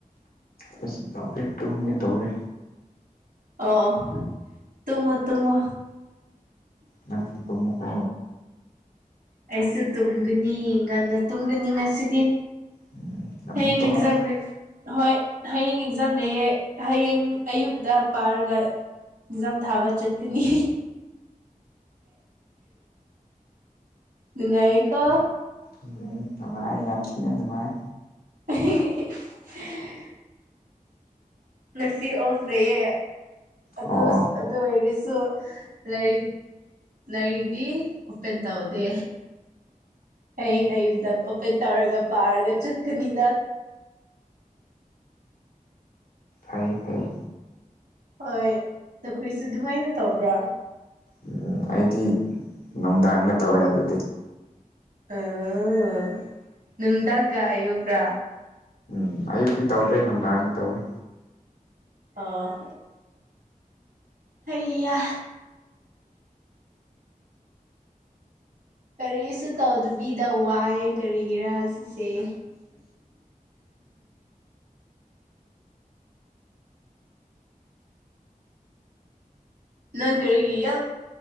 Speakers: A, on the left; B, on the right.
A: ꯀꯩꯁꯨ ꯇꯧꯗꯦ ꯇꯨꯝꯒꯦ ꯇꯧꯔꯤ
B: ꯑꯣ ꯇꯨꯝꯃꯣ ꯇꯨꯝꯃꯣ
A: ꯅꯪꯁꯨ ꯇꯨꯝꯃꯣꯒꯣ
B: ꯑꯩꯁꯨ ꯇꯨꯝꯒꯅꯤ ꯉꯟꯅ ꯇꯨꯝꯒꯅꯤ ꯉꯁꯤꯗꯤ
A: ꯎꯝ ꯉꯟꯅ
B: ꯍꯌꯦꯡ
A: ꯇꯨꯝꯃꯨ
B: ꯑꯦꯛꯖꯝ ꯅꯦ ꯍꯣꯏ ꯍꯌꯦꯡ ꯑꯦꯛꯖꯥꯝ ꯂꯩꯌꯦ ꯍꯌꯦꯡ ꯑꯌꯨꯛꯇ ꯄꯥꯔꯒ ꯑꯦꯛꯖꯥꯝ ꯊꯥꯕ ꯆꯠꯀꯅꯤ ꯅꯨꯡꯉꯥꯏꯌꯦꯀꯣ
A: ꯎꯝ ꯅꯨꯡꯉꯥꯏ ꯌꯥꯝ ꯊꯤꯅ ꯅꯨꯡꯉꯥꯏ
B: ꯑꯩ ꯉꯁꯤ ꯑꯣꯐ ꯂꯩꯌꯦ ꯑꯗꯨ
A: ꯑꯣ
B: ꯑꯣꯏꯔꯁꯨ ꯂꯥꯏꯔꯤꯛ ꯂꯥꯏꯔꯤꯛꯇꯛꯇꯤ ꯑꯣꯄꯦꯟ ꯇꯧꯗꯦ ꯍꯌꯦꯡ ꯑꯌꯨꯛꯇꯪ ꯑꯣꯄꯟ ꯇꯧꯔꯒ ꯄꯥꯔꯒ ꯆꯠꯀꯅꯤꯗ
A: ꯐꯪꯉꯤ ꯐꯪꯉꯤ
B: ꯍꯣꯏ ꯑꯩꯈꯣꯏꯁꯨ ꯑꯗꯨꯃꯥꯏꯅ ꯇꯧꯕ꯭ꯔꯥ
A: ꯎꯝ ꯑꯩꯗꯤ ꯅꯨꯡꯗꯥꯡꯒ ꯇꯧꯋꯦ ꯑꯗꯨꯗꯤ
B: ꯑꯣ ꯅꯨꯡꯗꯥꯡꯒ ꯑꯌꯨꯒ꯭ꯔꯥ
A: ꯎꯝ ꯑꯌꯨꯛꯇꯤ ꯇꯧꯗ꯭ꯔꯦ ꯅꯨꯡꯗꯥꯡꯒ ꯇꯧꯏꯤ
B: ꯑ ꯑꯩꯌꯥ ꯀꯔꯤꯁꯨ ꯇꯧꯗꯕꯤꯗ ꯋꯥꯏꯑꯦ ꯀꯔꯤꯒꯤꯔꯥ ꯁꯤꯁꯦ ꯑ <inaudible> ꯅꯪ ꯀꯔꯤꯒꯤ ꯌꯥꯝ